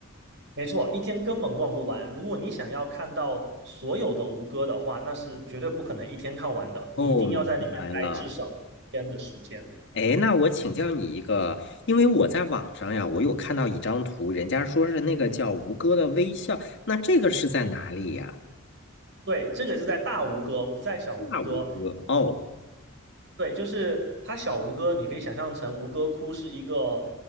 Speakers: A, on the right; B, on the left.
A: 没错，一天根本逛不完。如果你想要看到所有的吴哥的话，那是绝对不可能一天看完的。
B: 哦，
A: 你一定要在那边待至少一天的时间。
B: 明白了。哎，那我请教你一个，因为我在网上呀，我有看到一张图，人家说是那个叫吴哥的微笑，那这个是在哪里呀？
A: 对，这个是在大吴哥，不在小吴哥。
B: 那吴哥，哦，
A: 对，就是它小吴哥，你可以想象成吴哥窟是一个